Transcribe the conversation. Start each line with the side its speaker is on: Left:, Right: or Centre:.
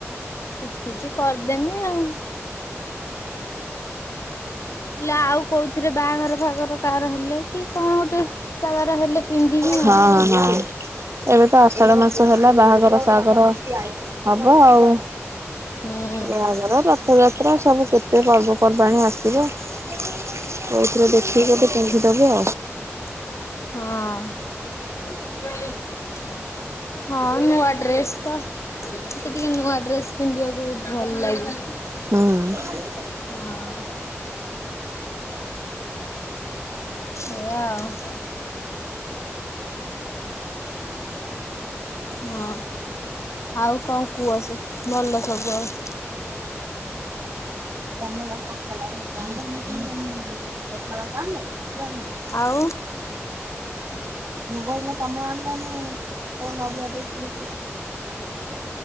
Left: ଶିଖିଛି କରିଦେମି ଆଉ। ହେଲେ ଆଉ କୋଉଥିରେ ବାହାଘର ଫାହାଘର କାହାର ହେଲେ କି କଣ ଗୋଟେ କାହାର ହେଲେ ପିନ୍ଧିବି
Right: ହଁ
Left: ଆଉ।
Right: ହଁ ଏବେ ତ ଆଷାଢ଼ ମାସ ହେଲା ବାହାଘର ସାହାଘର ହବ ଆଉ।
Left: ହଁ
Right: ବାହାଘର, ରଥଯାତ୍ରା ସବୁ କେତେ ପର୍ବପର୍ବାଣୀ ଆସିବ। କୋଉଥିରେ ଦେଖିକି ଗୋଟେ ପିନ୍ଧିଦବ।
Left: ହଁ। ହଁ ନୂଆଡ୍ରେସ ତ। ମତେ ଟିକେ ନୂଆ ଡ୍ରେସ୍ ପିନ୍ଧିବାକୁ ବୋହୁତ ଭଲ ଲାଗେ।
Right: ହଁ।
Left: ହଁ। ଏଇଆ ଆଉ। ହଁ ଆଉ କଣ କୁହ ସେ ଭଲ ସବୁ ଆଉ?
Right: ତମେ ବା ଟସଲା ଭୋଗ ଆଣିଲ ମୁଁ କେମିତି ଜାଣିଲି। ପତଳା ବାପା ଆଣିଲେନି ନା କିଏ ଆଣିଲେ?
Left: ଆଉ
Right: ମୁଗ ମ ସମୟ ଆଣିଲାନି ନଡିଆ <unintelligible> ମୁଁ